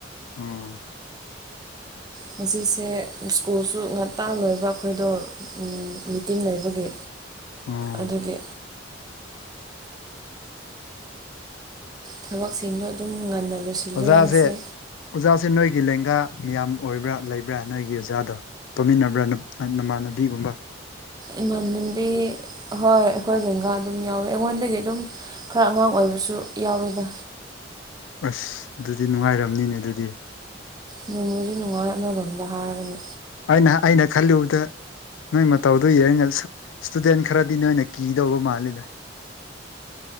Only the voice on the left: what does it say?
ꯑꯣ
ꯑꯣ
ꯑꯣꯖꯥꯖꯦ
ꯑꯣꯖꯥꯖꯦ ꯅꯣꯏ ꯒꯤ ꯂꯦꯡꯒꯥ ꯌꯥꯝ ꯑꯣꯏꯕ꯭ꯔꯥ- ꯂꯩꯕ꯭ꯔꯥ ꯅꯣꯏꯒꯤ ꯑꯣꯖꯥꯗꯣ ꯄꯨꯟꯃꯤꯟꯅꯕ꯭ꯔꯥ ꯅꯃꯥꯟꯅꯕꯤꯒꯨꯝꯕ
ꯑꯥꯁ ꯑꯗꯨꯗꯤꯅꯨꯡꯉꯥꯏꯔꯝꯅꯤꯅꯦ ꯑꯗꯨꯗꯤ
ꯑꯩꯅꯑꯩꯅ ꯈꯜꯂꯨꯕꯗ ꯅꯣꯏ ꯃꯇꯧꯗꯣ ꯌꯦꯡꯉ ꯏꯁꯇꯨꯗꯦꯟ ꯈꯔꯗꯤ ꯅꯣꯏꯅꯀꯤꯗꯧꯕ ꯃꯥꯜꯂꯤꯗ